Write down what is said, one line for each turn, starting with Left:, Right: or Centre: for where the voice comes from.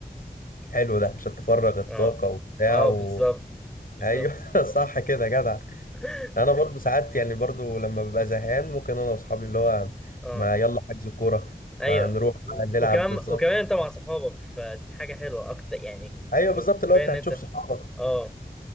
Left: حلو ده عشان تفرغ الطاقة
Centre: اه
Left: وبتاع
Centre: اه
Left: و...
Centre: بالظبط بالظبط
Left: ايوه <laughs> صح كده يا جدع
Centre: <laughs>
Left: انا برضو ساعات يعني برضو لما ببقى زهقان ممكن انا واصحابي اللي هو
Centre: اه
Left: ما يلا حجز كورة فنروح
Centre: ايوه و-
Left: بقى
Centre: و-
Left: نلعب
Centre: وكمان
Left: بالظبط
Centre: وكمان انت مع صحابك فدي حاجه حلوه اكتر يعني
Left: ايوه بالظبط
Centre: ك-
Left: اللي
Centre: كفايه
Left: هو انت
Centre: ان
Left: هتشوف
Centre: انت
Left: صحابك
Centre: اه